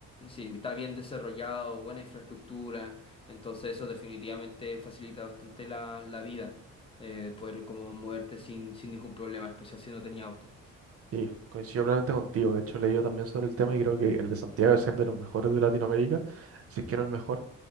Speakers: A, on the left; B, on the right.
A: sí, está bien desarrollado, buena infraestructura. Entonces eso definitivamente facilita bastante la, la vida. eh, poder como moverte sin, sin ningún problema, en especial si no tenía auto.
B: Sí, coincido plenamente contigo. De hecho, he leído también sobre el tema y creo que el de Santiago es ser de los mejores de Latinoamérica, si es que no el mejor.